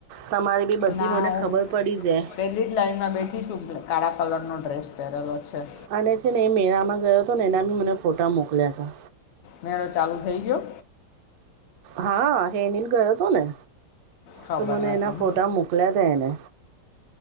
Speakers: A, on the right (about 70°); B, on the left (about 65°).
A: તમારે બી બધી
B: ના
A: મને
B: હું
A: ખબર પડી જાય.
B: પહેલી જ લાઈનમાં બેઠી. શું કાળા કલરનોો ડ્રેસ પહેરેલો છે.
A: અને છે ને એ મેરાામાં ગયો હતો ને એના બી મને ફોટા મોકલ્યા હતા.
B: મેળો ચાલુ થઈ ગયો.
A: હા હેનિલ ગયો હતો ને
B: ખબર
A: તો મને
B: નથી
A: એના
B: હ
A: ફોટા મૂક. મોકલ્યા હતા એને